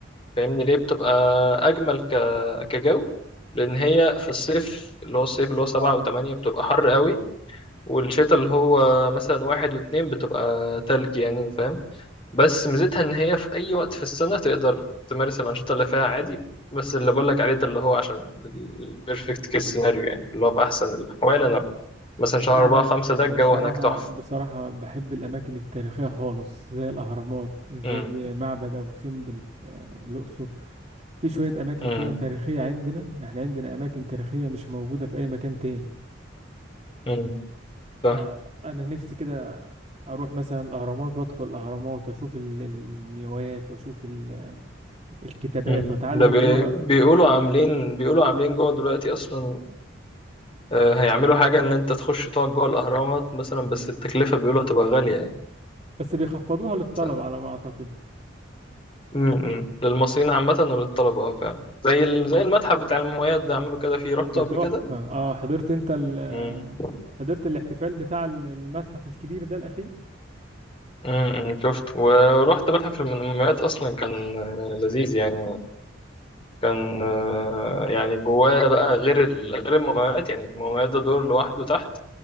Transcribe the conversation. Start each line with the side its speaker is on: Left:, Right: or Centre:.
Left: فاهمني ليه بتبقى اجمل ك... كجو لان هي في الصيف اللي هو الصيف اللي هو سبعة
Right: اه
Left: وثمانية بتبقى حر قوي والشتاء اللي هو مثلا واحد واتنين بتبقى تلج يعني فاهم بس ميزتها ان هي في اي وقت في السنة تقدر تمارس الانشطة اللي فيها عادي بس اللي بقولك عليه ده اللي هو عشان البيرفكت كيس سيناريو يعني اللي هو في احسن الاحوال انا مثلا شهر
Right: انا
Left: أربعة خمسة ده الجو
Right: بصراحه
Left: هناك تحفة
Right: بصراحه بحب الاماكن التاريخيه خالص زي الاهرامات زي
Left: امم
Right: معبد ابو سمبل في آه، الاقصر في شويه اماكن
Left: امم
Right: كده تاريخيه عندنا احنا عندنا اماكن تاريخيه مش موجوده في اي مكان تاني
Left: امم
Right: فانا
Left: صح
Right: نفسي كده اروح مثلا الاهرامات وادخل الاهرامات واشوف ال- المومياوات واشوف ال- الكتابات
Left: امم
Right: واتعلم
Left: ده بي...
Right: اللغه
Left: بيقولوا عاملين بيقولوا عاملين جوه دلوقتي اصلا آه، هيعملوا حاجه ان انت تخش تقعد جوه الاهرامات مثلا بس التكلفه بيقولوا هتبقى غاليه
Right: بس بيخفضوها للطلب
Left: يعني
Right: على ما اعتقد
Left: امم للمصريين عامة وللطلبة اه فعلا زي ال... زي المتحف بتاع المومياوات ده عملوا كده فيه رحته
Right: ده
Left: قبل
Right: تحفة
Left: كده
Right: اه حضرت انت ال
Left: امم
Right: حضرت الاحتفال بتاع ال- المتحف الكبير ده الأخير
Left: امم شفت ورحت متحف المومياوات أصلا كان آه، لذيذ يعني كان آه، يعني جواه بقى غير ال... غير المومياوات يعني المومياوات ده دور لوحده تحت